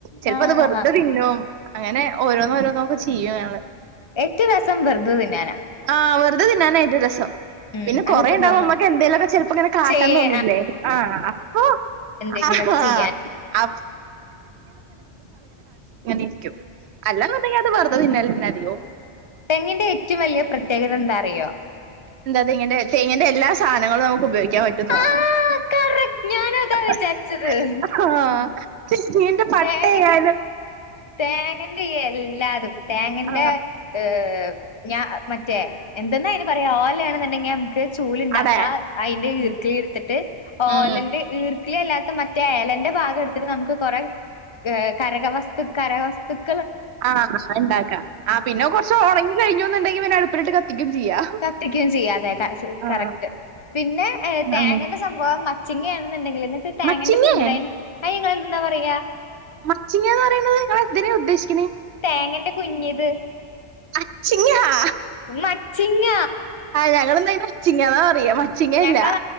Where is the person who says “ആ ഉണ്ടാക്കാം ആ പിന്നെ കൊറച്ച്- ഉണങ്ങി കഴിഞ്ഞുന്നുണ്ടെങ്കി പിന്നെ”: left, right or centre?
Right